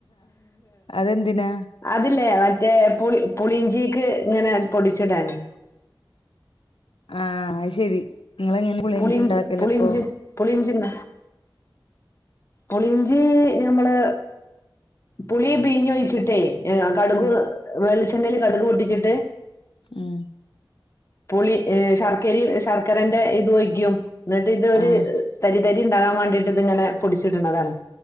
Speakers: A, on the left (about 80°); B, on the left (about 30°).
A: അതെന്തിനാ
B: അതില്ലേ മറ്റേ പുളി പുളിഞ്ചിക്ക് ഇങ്ങനെ പൊടിച്ചിടാന്
A: ആ ശരി ഇങ്ങളെങ്ങനെ പുളിയിഞ്ചി
B: പുളിഞ്ച്
A: ഇണ്ടാക്കലപ്പൊ
B: പുളിഞ്ചി പുളിഞ്ചിന പുളിഞ്ചി ഞമ്മള് പുളി പിഴിഞ്ഞൊഴിച്ചിട്ടേ ഏ കടുക്
A: ഉം
B: വെളിച്ചെണ്ണല് കടുക് പൊട്ടിച്ചിട്ട്
A: ഉം
B: പുളി ശർക്കര ശർക്കരന്റെ ഇത് ഒഴിക്കും എന്നിട്ട് ഇതൊരു
A: ആഹ്
B: തരി തരി ഉണ്ടാൻ വേണ്ടിട്ട് ഇത് ഇങ്ങനെ പൊടിച്ചിടുന്നതാണ്